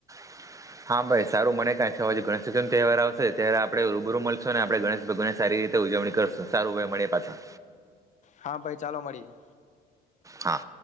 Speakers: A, on the right; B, on the left.
A: <inaudible> હા ભાઈ સારું મને કાંઈક છે હવે જે ગણેશ ચતુર્થી નો તહેવાર આવશે ત્યારે આપણે રૂબરૂ મળશો ને આપણે ગણેશ ભગવાનને સારી રીતે ઉજવણી કરશું સારું ભાય મળીએ પાછા.
B: હા ભાઈ ચાલો મળીએ.
A: હા